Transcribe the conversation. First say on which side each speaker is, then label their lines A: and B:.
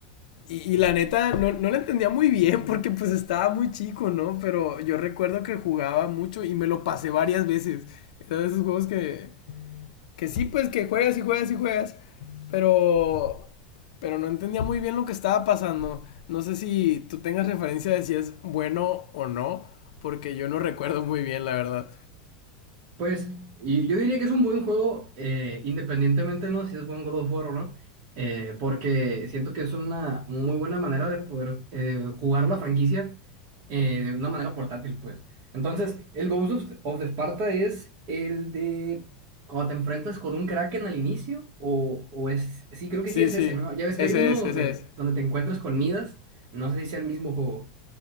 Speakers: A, on the left; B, on the right.
A: Y, y la neta, no, no lo entendía muy bien <laughs> porque pues estaba muy chico, ¿no? Pero yo recuerdo que jugaba mucho y me lo pasé varias veces. Era de esos juegos que, que sí, pues que juegas y juegas y juegas. Pero. Pero no entendía muy bien lo que estaba pasando. No sé si tú tengas referencia de si es bueno o no. Porque yo no recuerdo muy bien, la verdad.
B: Pues y yo diría que es un buen juego, eh, independientemente, ¿no? Si es buen God of War o no, eh, porque siento que es una muy buena manera de poder eh, jugar la franquicia eh, de una manera portátil, pues. Entonces, el Ghost of, of the Sparta es el de cuando te enfrentas con un Kraken al inicio, o, o es, sí, creo que
A: Sí,
B: sí es
A: sí.
B: ese, ¿no? Ya ves
A: Ese
B: que hay uno
A: es,
B: donde,
A: ese es.
B: donde te encuentras con Midas, no sé si sea el mismo juego.